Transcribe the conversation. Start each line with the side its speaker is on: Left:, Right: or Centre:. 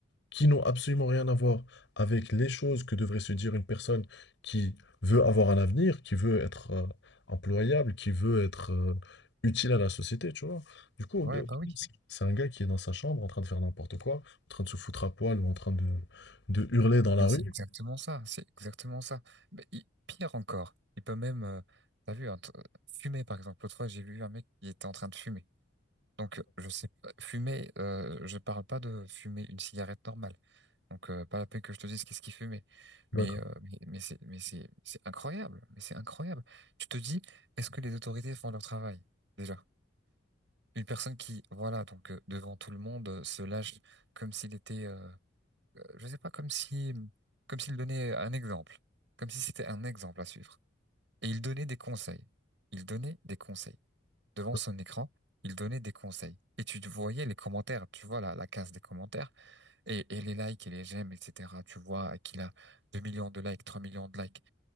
Left: qui n'ont absolument rien à voir avec les choses que devrait se dire une personne qui veut avoir un avenir, qui veut être euh, employable, qui veut être euh, utile à la société, tu vois. Du coup,
Right: ouais,
Left: euh,
Right: bah oui.
Left: c'est un gars qui est dans sa chambre en train de faire n'importe quoi, en train de se foutre à poil ou en train de, de hurler dans
Right: Mais
Left: la rue.
Right: c'est exactement ça, c'est exactement ça. Mais il- pire encore, il peut même, euh, t'as vu, hein, t- euh, fumer par exemple. L'autre fois, j'ai vu un mec qui était en train de fumer. Donc, euh, je sais pas, fumer, euh, je parle pas de fumer une cigarette normale. Donc, euh, pas la peine que je te dise qu'est-ce qu'il fumait. Mais,
Left: D'accord.
Right: euh, mais, mais c'est, mais c'est, c'est incroyable, mais c'est incroyable. Tu te dis, est-ce que les autorités font leur travail, déjà? Une personne qui, voilà, donc euh, devant tout le monde, euh, se lâche comme s'il était, euh, euh, je sais pas, comme si, comme s'il donnait un exemple, comme si c'était un exemple à suivre. Et il donnait des conseils. Il donnait des conseils. Devant
Left: Ça
Right: son écran, il donnait des conseils. Et tu voyais les commentaires, tu vois la, la case des commentaires, et, et les likes et les j'aime, etc. Tu vois qu'il a 2 millions de likes, 3 millions de likes.